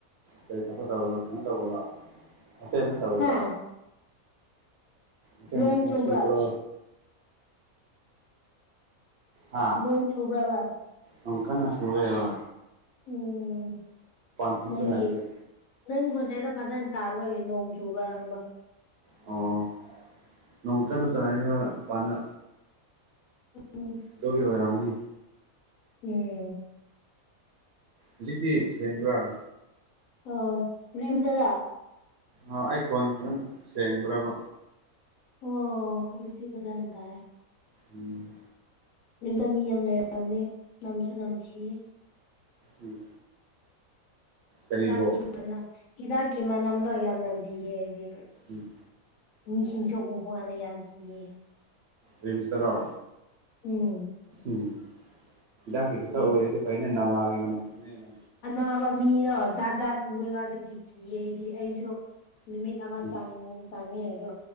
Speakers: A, on the right; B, on the left.
A: ꯀꯔꯤ ꯊꯕꯛ ꯇꯧꯔꯒ ꯀꯩꯅꯣ ꯇꯧꯔꯒ ꯍꯣꯇꯦꯜꯗ ꯇꯧꯔꯤꯔꯣ
B: ꯍꯥ
A: ꯏꯇꯩꯅ
B: ꯅꯣꯡ
A: ꯊꯕꯛ
B: ꯆꯨꯕ꯭ꯔꯥ
A: ꯁꯨꯕ꯭ꯔꯣ ꯍꯥ
B: ꯅꯣꯡ ꯆꯨꯕ꯭ꯔꯕ
A: ꯅꯣꯡ ꯀꯟꯅ ꯆꯨꯏꯌꯦꯕ
B: ꯎꯝ
A: ꯊꯣꯛꯄ
B: ꯅꯪꯒꯤ
A: ꯌꯥꯗꯦ
B: ꯅꯪ ꯈꯣꯟꯖꯦꯜꯗꯣ ꯐꯖꯟꯅ ꯇꯥꯕꯒꯤ ꯅꯣꯡ ꯆꯨꯕ ꯍꯪꯕ
A: ꯑꯣ ꯅꯣꯡ ꯀꯟꯅ ꯇꯥꯏ ꯍꯣꯏ ꯃꯄꯥꯟꯗ
B: ꯎꯝ
A: ꯑꯗꯨꯒꯤ ꯑꯣꯏꯔꯝꯅꯤ
B: ꯎꯝ
A: ꯍꯧꯖꯤꯛꯇꯤ ꯁꯦꯡꯕ꯭ꯔꯥ
B: ꯑꯣ ꯔꯤꯝꯁꯇꯔꯥ
A: ꯑ ꯑꯩ ꯈꯣꯟ ꯐꯖꯟ ꯁꯦꯡꯕ꯭ꯔꯕ
B: ꯑꯣ ꯍꯧꯖꯤꯛꯇꯤ ꯐꯖꯟ ꯇꯥꯏ
A: ꯎꯝ
B: ꯔꯦꯟꯗ ꯃꯤ ꯌꯥꯝ ꯂꯩꯔꯕꯅꯦ ꯅꯝꯁꯨ ꯅꯝꯊꯤꯌꯦ
A: ꯎꯝ ꯀꯔꯤꯕꯣ
B: ꯍꯤꯗꯥꯛꯀꯤ ꯃꯅꯥ ꯍꯤꯗꯥꯛꯀꯤ ꯃꯅꯝꯗꯣ ꯌꯥꯝ ꯅꯝꯊꯤꯌꯦ ꯑꯩꯗꯤ
A: ꯎꯝ
B: ꯃꯤꯁꯤꯡꯁꯨ ꯎꯕ ꯀꯥꯟꯗ ꯌꯥꯝ ꯀꯤꯌꯦ
A: ꯔꯤꯝꯁꯇꯔꯣ
B: ꯎꯝ
A: ꯎꯝ ꯍꯤꯗꯥꯛꯀꯤ ꯈꯛꯇ
B: ꯍꯥꯏꯗꯤ
A: ꯑꯣꯏꯔꯗꯤ ꯐꯩꯅꯦ ꯅꯥꯂꯥꯒꯤ ꯃꯅꯝꯗꯨꯅ ꯍꯦꯟꯅ
B: ꯑꯅꯥꯕ ꯃꯤꯗꯣ ꯖꯥꯠ ꯖꯥꯠ ꯎꯔꯦꯕ ꯑꯗꯨꯒꯤ ꯀꯤꯌꯦ ꯑꯩꯗꯤ ꯑꯩꯁꯨ ꯅꯨꯃꯤꯠ ꯑꯃ
A: ꯎꯝ
B: ꯆꯪ ꯆꯪꯉꯦ ꯑꯗꯣ